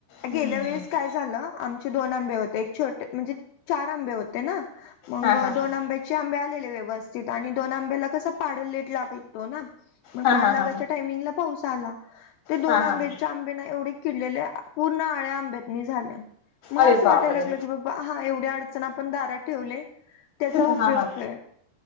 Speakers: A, on the left; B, on the left.
A: हम्म
B: गेल्या वेळेस काय झा आमचे दोन आंबे होते एक छोटे म्हणजे चार आंबे होते ना मग
A: हा हा हा
B: दोन आंब्या चे आलेले व्यवस्थित आणि दोन आंब्याला कसा पाड लेट लागतो ना
A: हा
B: पाड
A: हा
B: लागायच्या
A: हा
B: टामिंगला पाऊस आला ते दोन
A: हा हा हा
B: आंब्यांच्या
A: हा
B: आ एवढे किडलेळे पूर्ण आळ्या आंब्यातणी झाल्या मग
A: अरे
B: अस वाटायला
A: बापरे
B: लागलं की बा हा एवढी अडचण आपण दारात ठेवले त्याचा उपयोग
A: हा हा हा
B: काय